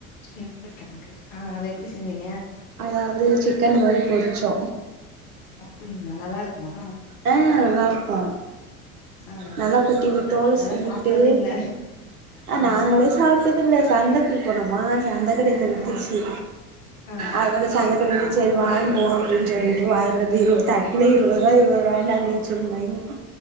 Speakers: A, on the left (about 55°); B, on the right (about 80°).
A: சேப்ப கெழங்கு ஆ அத எப்டி செஞ்சீங்
B: அத வந்து சிக்கன் மாறி பொறிச்சோ
A: அப்டிங்ளா நல்லாருக்குமா
B: அ நல்லாருக்கு
A: ஆ
B: நல்ல குட்டிவி தோல
A: அதெல்லா
B: சீவிட்டு
A: சாப்ட்டதே இல்ல
B: அ
A: ஆ
B: நாங்களே சாப்டதில்ல சந்தைக்கு போனோமா சந்த கடைல வித்துச்சி
A: ஆ ஆ
B: அதோட சந் செரி வாங்குவோ அப்டினு சொல்லிட் வாய்ன்ட் வந்து இருவ தட்ல இருவ ரூபா இருவரு வாங்கின்வந்து வச்சி இருந்தைங்க